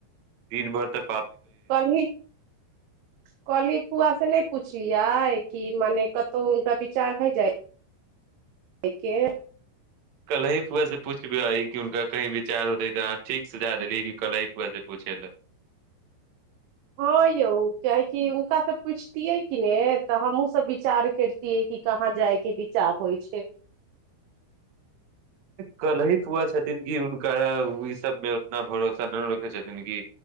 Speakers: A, on the right; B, on the right.
A: दिन भर तक
B: कली काल्हि फुआ सँ नहि पुछलहुँ। इ कि मने कतहु हुनका विचार भय जाय देख
A: काल्हि फुआ सँ पूछब जे हुनका किछु विचार होइतै कि नहि। अहाँ ठीक सँ कहने छी जे काल्हि फुआ सँ पूछबाक लेल।
B: हँ यौ कियकि हुनकासँ पुछतियै कि ने तऽ हमहूँसभ विचार करितियै कि कहाँ जायके विचार होइ छै
A: कलहि फुआ छथिन कि हुनका ई सबमे उतना भरोसा नहि रखै छथिन कि